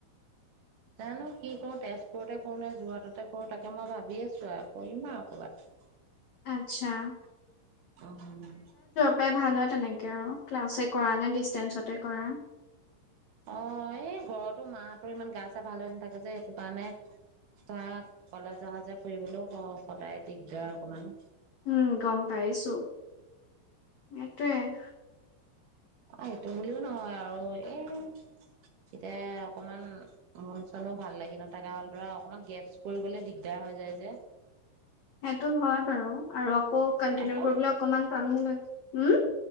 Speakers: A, on the right; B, on the left.
A: জানো কি কৰো তেজপুৰতে কৰো নে যোৰহাটতে কৰো তাকে মই ভাবি আছো আৰু কৰিম আৰু কৰ'বাত!
B: আচ্ছা।
A: অ' <unintelligible>
B: <unintelligible> য় ভাল হয় তেনেকে আৰু ক্লাছে কৰা নে ডিষ্টেঞ্চতে কৰা।
A: অ, এই ঘৰতো মাঁহতৰ ইমান গা-চা ভাল হৈ নাথাকে যে সেইটো কাৰণে। ধৰা, কলেজ অহা-যোৱা কৰিবলৈও স সদায় দিগদাৰ অকমান।
B: উম গম পাইছো। <inaudible> সেইটোৱে। <inaudible>
A: এ সেইটো বুলিও নহয় আৰু, এ এতিয়া অকণমান মন চনো ভাল লাগি নথকা হ'ল, ধৰা অকণমান গেপছ পৰি গ'লে দিগদাৰ হৈ যায় যে।
B: সেইটো হয় বাৰু আৰু আকৌ কন্টিনিউ
A: আকৌ
B: কৰিবলৈ অকমান টানো লা হ'ম?